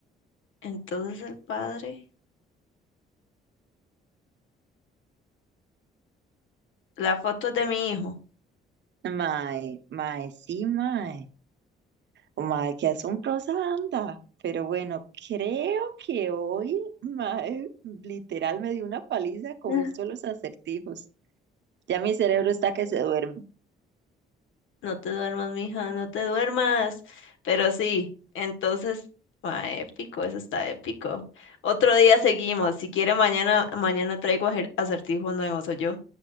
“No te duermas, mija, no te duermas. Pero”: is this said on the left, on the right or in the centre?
Left